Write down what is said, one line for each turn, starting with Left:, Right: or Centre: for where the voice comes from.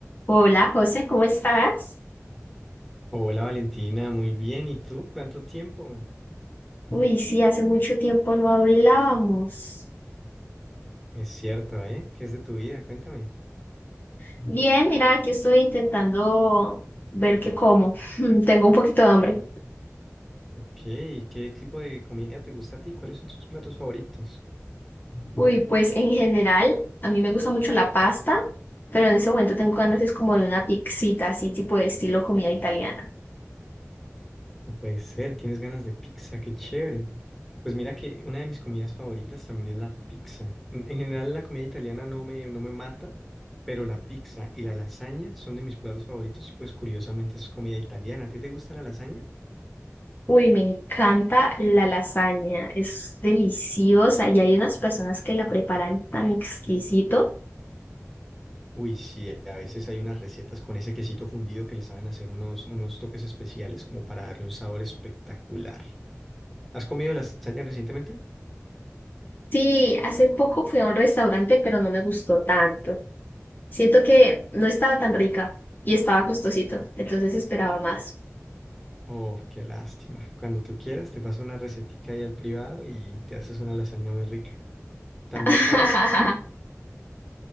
Left: Hola, José, ¿cómo estás?
Centre: Hola Valentina, muy bien. ¿Y tú? ¿Cuánto tiempo?
Left: Uy, sí, hace mucho tiempo no hablábamos.
Centre: Es cierto, ¿eh? ¿Qué es de tu vida? Cuéntame.
Left: Bien, mira, aquí estoy intentando ver qué como. <laughs> Tengo un poquito de hambre.
Centre: Ok, ¿qué tipo de comida te gusta a ti? ¿Cuáles son tus platos favoritos?
Left: Uy, pues en general, a mí me gusta mucho la pasta, pero en ese momento tengo ganas es como de una pixita, así tipo de estilo comida italiana.
Centre: No puede ser, tienes ganas de pizza, qué chévere. Pues mira que una de mis comidas favoritas también es la pizza. En en general la comida italiana no me, no me mata, pero la pizza y la lasaña son de mis platos favoritos y pues curiosamente es comida italiana. ¿A ti te gusta la lasaña?
Left: Uy, me encanta la lasaña, es deliciosa y hay unas personas que la preparan tan exquisito.
Centre: Uy, sí, a veces hay unas recetas con ese quesito fundido que le saben hacer unos, unos toques especiales como para darle un sabor espectacular. ¿Has comido lasaña recientemente?
Left: Sí, hace poco fui a un restaurante, pero no me gustó tanto. Siento que no estaba tan rica y estaba costosito, entonces esperaba más.
Centre: Oh, qué lástima. Cuando tú quieras, te paso una recetica ahí al privado y te haces una lasaña muy rica. También
Left: <laughs>
Centre: sabes,